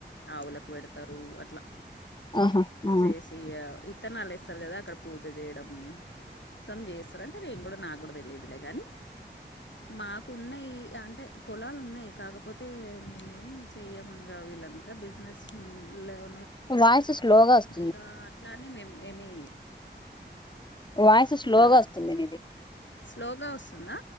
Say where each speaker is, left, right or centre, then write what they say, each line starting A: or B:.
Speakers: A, on the left; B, on the left.
A: ఆవులకు పెడతారు అట్లా
B: ఆహా ఆ.
A: చేసి ఇత్తనాలు వేస్తారు కదా అక్కడ పూజ చేయడము సమ్ చేస్తారంటే నేను కూడా నా కూడా తెలిలీయదులే కానీ మాకు ఉన్నాయి అంటే పొలాలు ఉన్నాయి కాకపోతే మేమేమి చెయ్యమంగవి అంత బిజినెస్ లవ్
B: వయోస్ స్లో గా వస్తూ
A: ఇక అట్లానే మేము ఏమి
B: వాయిస్ స్లోగా
A: హలో
B: వస్తుంది నీది
A: స్లోగా వస్తుందా